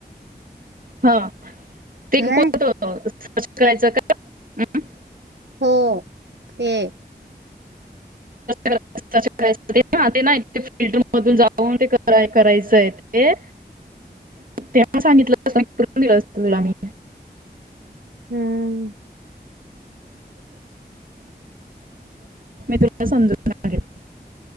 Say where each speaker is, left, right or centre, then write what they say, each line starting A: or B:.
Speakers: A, on the right; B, on the right.
A: हां. ते
B: नाही
A: कोठत स् करायचं का? अं?
B: हो. ते.
A: कराय ना ते ना फिल्ट मधून जाऊन ते करायच. करायचं आहे ते, तेव्हा सांगितलं करून दिलं असत तुला मी.
B: हम्म.
A: मी तुला समजून सांगेल.